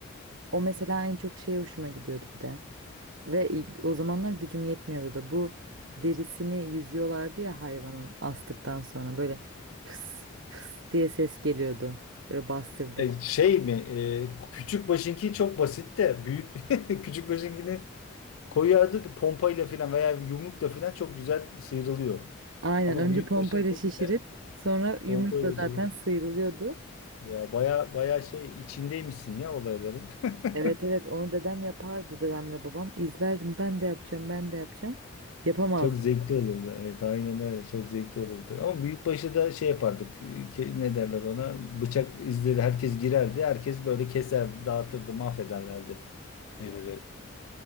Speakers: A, on the right; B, on the left.
A: O mesela en çok şeye hoşuma gidiyordu bir de. Ve ilk- o zamanlar gücüm yetmiyordu da bu derisini yüzüyorlardı ya hayvanın astıktan sonra böyle fıs fıs diye ses geliyordu. Böyle bastırdık.
B: E, şey mi? E, küçük başınki çok basit de büyük <laughs> küçük başınkini koyardık pompayla falan veya yumrukla falan çok güzel sıyrılıyor.
A: Aynen
B: Ama
A: önce
B: büyük
A: pompayla
B: başınki
A: şişirip
B: e,
A: sonra yumrukla
B: pompayla
A: zaten
B: şey.
A: sıyrılıyordu.
B: Ya baya baya şey içindeymişsin ya olayların. <laughs>
A: Evet evet onu dedem yapardı dedemle babam. İzlerdim ben de yapacağım ben de yapacağım. Yapamazdım.
B: Çok zevkli olurdu. Evet aynen öyle. Çok zevkli olurdu. Ama büyükbaşı da şey yapardık. e, ke- Ne derler ona? Bıçak izleri herkes girerdi. Herkes böyle keserdi, dağıtırdı, mahvederlerdi derileri.